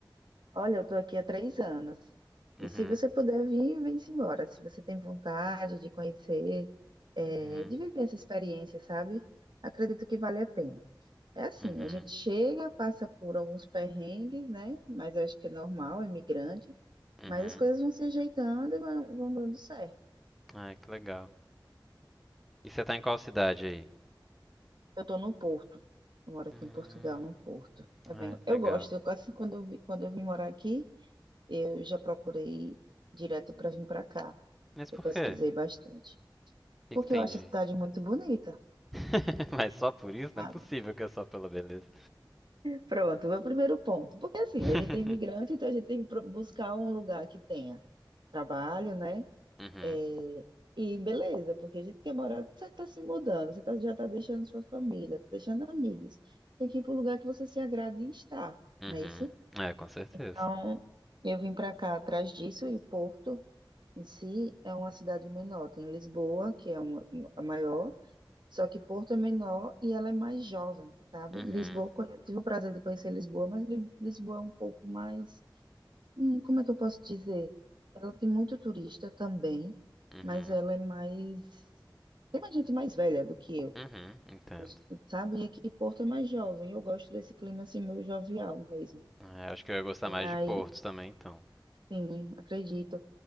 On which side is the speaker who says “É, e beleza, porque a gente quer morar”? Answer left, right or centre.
Right